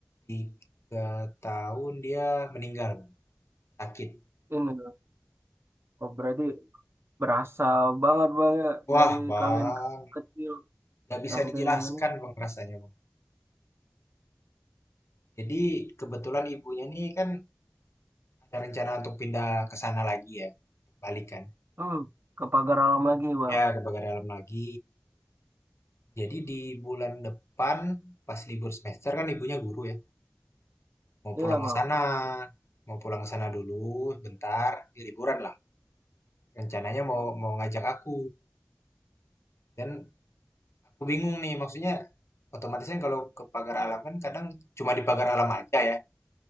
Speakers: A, on the left (about 75°); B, on the right (about 60°).
A: tiga tahun dia meninggal Bang. sakit.
B: ini oh, berarti berasa banget bang ya
A: Wah
B: dari
A: bang,
B: kalian ke- kecil
A: nggak bisa
B: sampai
A: dijelaskan
B: ini.
A: bang rasanya bang. Jadi kebetulan ibunya nih kan ada rencana untuk pindah ke sana lagi ya, untuk balik kan.
B: Hmm, ke pagar alam lagi bang.
A: Ya ke Bagan dalam lagi. Jadi di bulan depan pas libur semester kan ibunya guru ya. Mau
B: Iya
A: pulang
B: bang.
A: ke sana, mau pulang ke sana dulu bentar, ya liburan lah. Rencananya mau mau ngajak aku. Dan aku bingung nih, maksudnya otomatis kan kalau ke pagar alam kan kadang cuma di pagar alam aja ya.